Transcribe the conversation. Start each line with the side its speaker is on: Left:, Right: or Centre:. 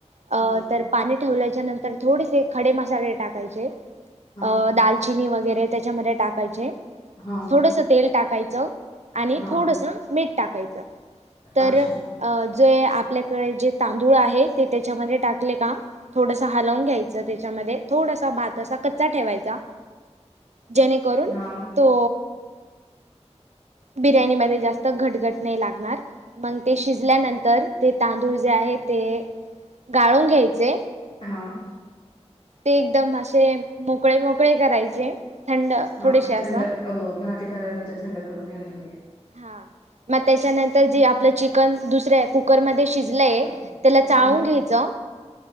Right: अ
Left: हा
Right: तर पाणी ठेवल्याच्या नंतर थोडेसे खडे मसाले टाकायचे
Left: हा
Right: अ दाल वरे त्याच्या टाका
Left: हा
Right: थोड ते टा टाकायच आणि
Left: हा
Right: थोडस मीठ टाकायचं तर
Left: अच्छा
Right: अ जे आपल्याकडे जे तांदूळ आहे ते त्याच्यामध्ये टाकले काम थोडस हलवून घ्यायचं त्याच्यामध्ये थोडसा भात असा कच्चा ठेवायचा जेणे करून
Left: हा
Right: तो बिर्याणीमध्ये जास्त घटघट नाही लागणार. मग ते शिजल्यानंतर ते तांदूळ जे आहे ते गाळून घ्यायचे,
Left: हां.
Right: ते एकदम असे मोकळे मोकळे करायचे थंड
Left: हा
Right: थोडेसे असं
Left: थंड, हो दहा ते पंधरा मिनिट थंड करून घ्यायला हवे
Right: हा, मग त्याच्यानंतर जे आपलं चिकन दुसऱ्या कुकरमध्ये शिजलंय त्याला चाळून
Left: हा
Right: घ्यायचं